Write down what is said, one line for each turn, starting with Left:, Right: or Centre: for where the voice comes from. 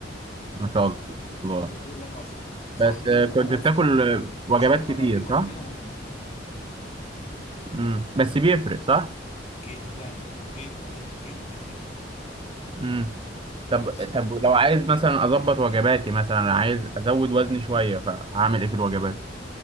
Right: ما شاء الله
Left: طول طول الاربع سنين صاحبي
Right: بس
Left: اللي
Right: آه،
Left: بقول
Right: كنت
Left: لك عليه
Right: بتاكل
Left: او صحابي دول
Right: آه،
Left: ما
Right: وجبات
Left: شاء الله
Right: كتير
Left: بقى ايه مقضينا
Right: صح
Left: مكملات
Right: امم بس بيفرق صح
Left: جدا جدا جدا يعني
Right: امم
Left: بتختص
Right: طب طب لو عايز مثلا اظبط وجباتي مثلا عايز ازود وزني شويه فاعمل ايه في الوجبات